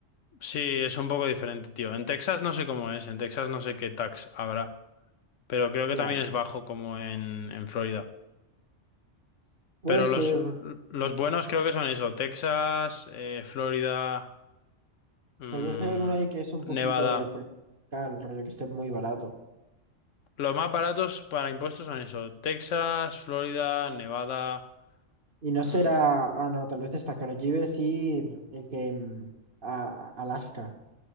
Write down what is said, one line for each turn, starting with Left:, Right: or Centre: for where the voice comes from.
Left: Sí, es un poco diferente, tío. En Texas no sé cómo es, en Texas no sé qué tax habrá, pero creo que
Right: ya.
Left: también es bajo como en, en Florida.
Right: Puede
Left: Pero
Right: ser,
Left: los, los buenos creo que son eso, Texas, eh, Florida, mm,
Right: tal vez hay alguno ahí que es un poquito
Left: Nevada.
Right: de por acá, el rollo que esté muy barato.
Left: Los más baratos para impuestos son eso, Texas, Florida, Nevada,
Right: Y no
Left: mm,
Right: será, ah, no, tal vez está caro. Yo iba a decir el que mm, a, a Alaska,